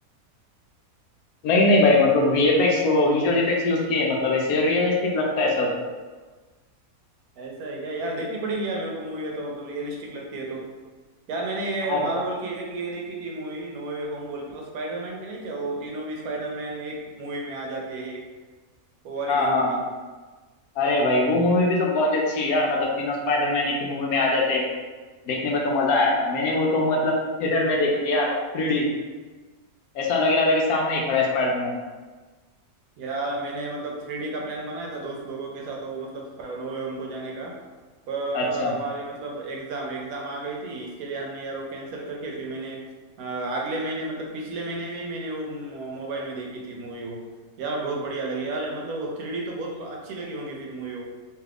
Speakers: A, on the left; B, on the right.
A: नहीं नहीं भाई मतलब वीएफएक्स
B: क्या
A: वो विजुअल इफेक्ट्स यूज किए हैं, मतलब ऐसे रियलिस्टिक लगता है सब
B: ऐसा है क्या यार देखनी पड़ेगी यार मेरे को मूवी है तो मतलब रियलिस्टिक लगती है तो यार मैंने ये
A: अब
B: मार्वल की एक ये देखी थी मूवी नो वे होम बोल के वो स्पाइडरमैन की नहीं क्या वो तीनों भी स्पाइडरमैन एक मूवी में आ जाते हैं वो वाली
A: हाँ
B: देखी
A: हाँ
B: थी
A: अरे भाई वो मूवी भी तो बहुत अच्छी है यार मतलब तीनों स्पाइडरमैन की मूवी में आ जाते हैं देखने में तो मजा आया था मैंने वो तो मतलब थिएटर में देखी थी यार Three D ऐसा लग रहा था कि सामने ही खड़ा है स्पाइडरमैन
B: यार मैंने मतलब थ्री डी का प्लान बनाया था दोस्त लोगों के साथ वो मतलब नो वे होम को जाने का पर
A: अच्छा
B: हमारी मतलब एग्जाम एग्जाम आ गई थी इसके लिए हमने यार वो कैंसिल करके फिर मैंने अ, अगले महीने मतलब पिछले महीने में ही मैंने वो मो- मोबाइल में देखी थी मूवी वो यार बहुत बढ़िया लगी यार मतलब वो थ्री डी तो बहुत अच्छी लगी होंगी फिर मूवी